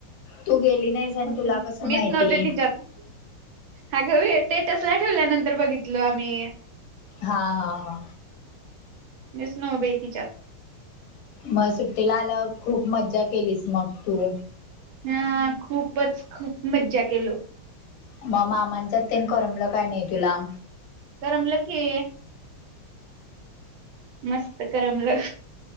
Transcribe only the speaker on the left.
तू गेली नाहीस आणि तुला
कसं माहिती
हा हा हा.
मग सुट्टीला आल्यावर खूप मज्जा केलीस मग तू.
मग मामांच्या तेन करमलं काय नाही तुला?